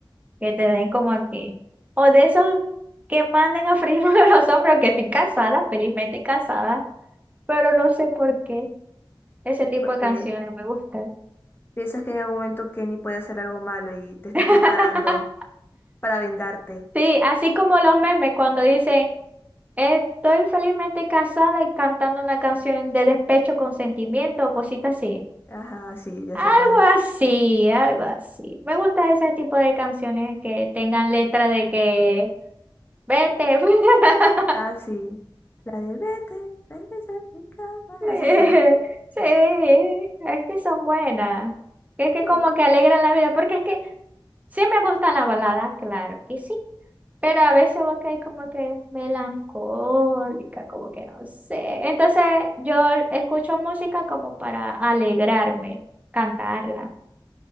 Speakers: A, on the right; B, on the left.
A: que te den como que, o de esos que manden a freírme <laughs> los hombros, que estoy casada, felizmente casada, pero no sé por qué ese tipo
B: Porque
A: de canciones me gustan.
B: Piensas que en algún momento Kenny puede hacer algo malo y te estás
A: <laughs>
B: preparando para vengarte.
A: Sí, así como los memes cuando dicen, estoy felizmente casada y cantando una canción de despecho con sentimiento o cositas así.
B: Ajá, sí, yo
A: Algo
B: sé cuál es.
A: así, algo así. Me gusta ese tipo de canciones que tengan letra de que vete. <laughs>
B: Ah, sí. La de vete, regresa a tu casa.
A: Sí,
B: Es así.
A: sí, es que son buenas. Que es que
B: Sí,
A: como que alegran la vida, porque es que sí me gustan las baladas, claro que sí. Pero a veces vos que hay como que melancólica, como que no sé. Entonces yo escucho música como para alegrarme, cantarla,